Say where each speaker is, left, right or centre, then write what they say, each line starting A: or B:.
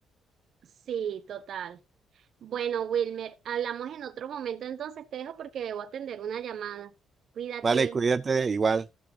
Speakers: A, on the right (about 65°); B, on the right (about 35°).
A: Sí, total. Bueno, Wilmer, hablamos en otro momento, entonces te dejo porque debo atender una llamada. Cuídate.
B: Vale, cuídate igual.